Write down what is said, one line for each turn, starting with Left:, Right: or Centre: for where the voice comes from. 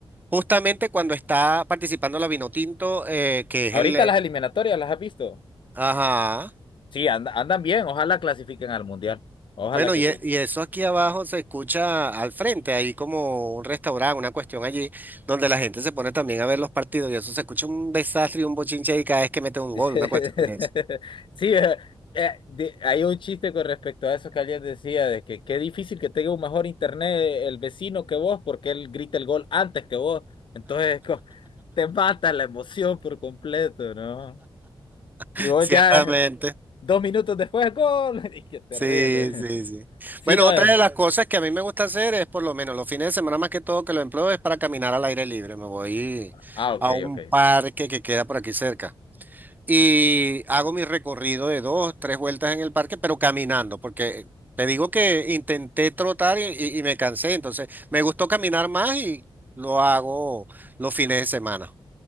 Right: justamente cuando está participando la Vinotinto, eh, que es
Left: Ahorita
Right: el. eh,
Left: las eliminatorias, ¿las has visto?
Right: Ajá.
Left: Sí, and- andan bien, ojalá clasifiquen al mundial. Ojalá
Right: Bueno,
Left: que
Right: y,
Left: sí.
Right: e- y eso aquí abajo se escucha al frente, ahí como un restaurante, una cuestión allí, donde la gente se pone también a ver los partidos y eso se escucha un desastre y un bochinche ahí cada vez que mete un
Left: <laughs>
Right: gol, una cuestión de eso.
Left: Sí, eh, eh, de- hay un chiste con respecto a eso que alguien decía, de que qué difícil que tenga un mejor internet el vecino que vos, porque él grita el gol antes que vos. Entonces, <laughs> co- te mata la emoción por completo, ¿no?
Right: <laughs>
Left: Y vos
Right: Ciertamente.
Left: ya dos minutos después, gol. <laughs> Y qué terrible.
Right: Sí, sí,
Left: <laughs>
Right: sí.
Left: Sí,
Right: Bueno,
Left: no
Right: otra
Left: es.
Right: de las cosas que a mí me gusta hacer es por lo menos los fines de semana más que todo que lo empleo es para caminar al aire libre. Me voy
Left: Ah, ok,
Right: a un
Left: ok.
Right: parque que queda por aquí cerca. y hago mi recorrido de dos, tres vueltas en el parque, pero caminando, porque te digo que intenté trotar y, y- y me cansé, entonces me gustó caminar más y lo hago los fines de semana.